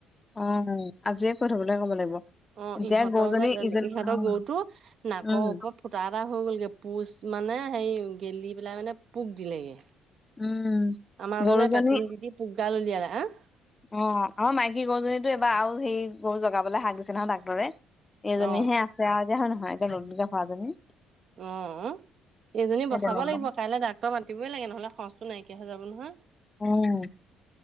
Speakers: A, on the left (about 25°); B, on the right (about 60°).
A: অ আজিয়ে কৈ থবলৈ ক'ব লাগিব।
B: অ
A: এতিয়া
B: ইহঁতৰ
A: গৰুজনী
B: যে
A: ইজনী
B: ইহঁতৰ
A: অ',
B: গৰুতো নাকৰ
A: উম
B: ওপৰত ফুটা এটা হৈ গ'লগে পোচ মানে সেই গেলি পেলাই মানে পোক দিলেগে।
A: উম।
B: আমাৰ
A: গৰুজনী
B: জনে পেটুল দিদি পোকদাল উলিয়ালে, আ।
A: অ অ মাইকী গৰুজনীতো এবাৰ আৰু সেই গৰু জগাবলৈ হাক দিছে নহয় ডাক্তৰে এইজনী
B: অ
A: হে আছে আও এতিয়া হয় নহয় এতিয়া নতুনকে হোৱাজনী।
B: অ অ এইজনী
A: সেই
B: বচাব
A: তেনেকুৱা
B: লাগিব কাইলৈ ডাক্তৰক মাতিই লাগে নহ'লে খৰচটো নাইকিয়া হৈ যাব নহয়।
A: উম।